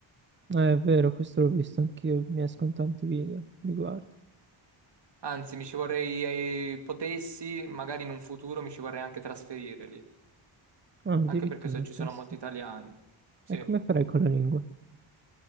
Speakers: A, on the right; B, on the right.
A: Eh, è vero, questo l'ho visto anch'io, mi escono tanti video a riguardo.
B: Anzi, mi ci vorrei, eh, potessi, magari in un futuro mi ci vorrei anche trasferire lì,
A: Ah, addirittura,
B: anche perché so- ci
A: penso.
B: sono molti italiani.
A: sì.
B: Sì.
A: E come farei con la lingua?